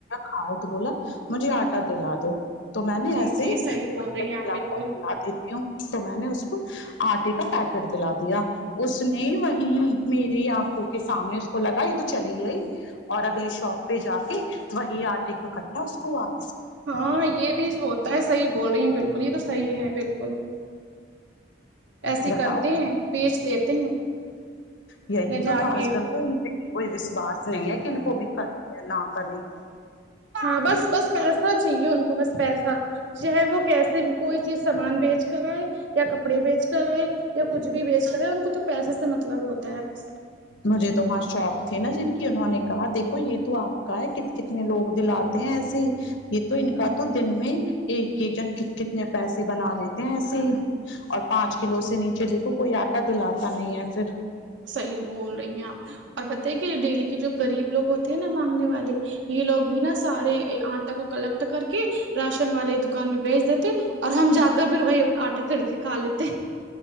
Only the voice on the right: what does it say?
جی
جی
صحیح بول رہی
ہیں آپ بالکل
ہاں یہ بھی ہوتا ہے صحیح بول رہی ہیں بالکل یہ تو صحیح ہے بالکل ایسے
کرتے ہیں بیچ دیتے ہیں
لے جا
کے
ہاں بس بس پیسہ چاہیے ان کو بس پیسہ چاہے وہ کیسے بھی کوئی چیز سامان بیچ کر آئے یا کپ ڑے بیچ کر ہے یا کچھ بھی بیچ کر ہے ان کو تو پیسے سے مطلب ہوتا ہے بس
صحیح بول رہی ہیں آپ اور بتائی کہ ڈیلی کے جو غریب لوگ ہو تے نا مانگنے والے یہ لوگ بھی نا سارے آٹا کو کلیکٹ کر کہ راشن والے دکان میں بیچ دیتے اور ہم جا کر پھر وہی آٹا خرید کھا لیتے